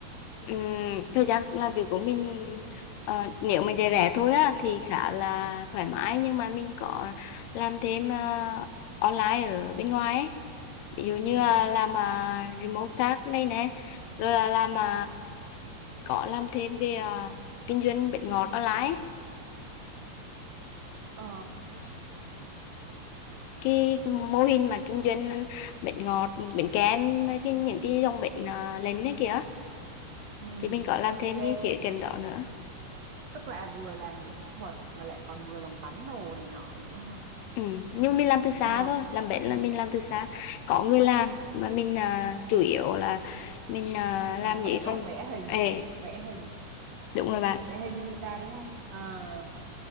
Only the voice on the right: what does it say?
Ừ.
ờ
ừ
ok
tức là vừa làm mỹ thuật mà lại còn vừa làm bắn đồ này nọ nữa
ờ
là
vẽ
vẽ hình
vẽ hình
vẽ hình cho người ta đúng không ờ